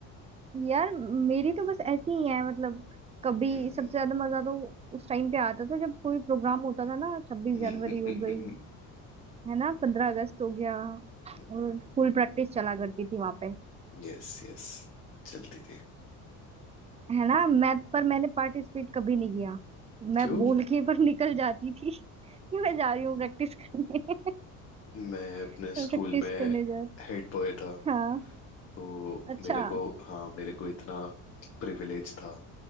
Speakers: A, on the right (about 20°); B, on the left (about 40°).
A: यार मेरी तो बस ऐसी ही है मतलब कभी
B: हम्म,
A: सबसे ज्यादा मजा तो उस टाइम पे आता था जब कोई प्रोग्राम होता था ना छब्बीस
B: हम्म,
A: जनवरी हो गई है ना पंद्रह अगस्त हो गया
B: हम्म।
A: और फुल
B: <laughs>
A: प्रैक्टिस चला करती थी वहां पे
B: यस यस चलती थी
A: है ना मैं पर मैंने पार्टिसिपेट कभी नहीं किया मैं
B: क्यों
A: बोल के पर निकल जाती थी <laughs> कि मैं जा रही हूँ प्रैक्टिस करने
B: मैं अपने
A: <laughs> प्रैक्टिस
B: स्कूल में
A: करने जा रही
B: हेड बॉय था
A: हूँ। हाँ
B: तो
A: अच्छा
B: मेरे को हाँ मेरे को इतना प्रिविलेज था